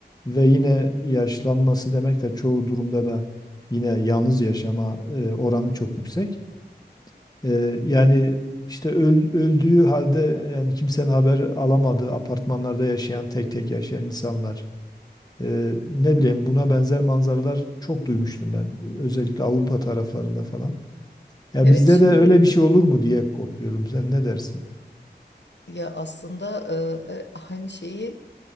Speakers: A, on the left; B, on the left.
A: ve yine yaşlanması demek de çoğu durumda da yine yalnız yaşama e, oranı çok yüksek. E, yani işte öl- öldüğü halde yani kimsenin haber alamadığı apartmanlarda yaşayan tek tek yaşayan insanlar. E, ne bileyim buna benzer manzaralar çok duymuştum ben özellikle Avrupa taraflarında falan. Ya
B: Evet
A: bizde
B: şimdi
A: de öyle bir şey olur mu diye korkuyorum. Sen ne dersin?
B: ya aslında e, e, aynı şeyi